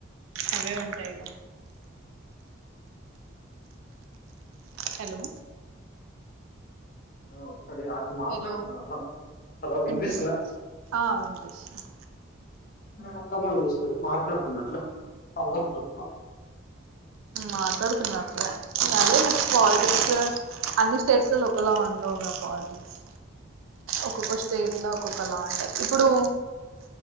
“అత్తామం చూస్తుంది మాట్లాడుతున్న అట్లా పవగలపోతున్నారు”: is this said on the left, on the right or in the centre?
Left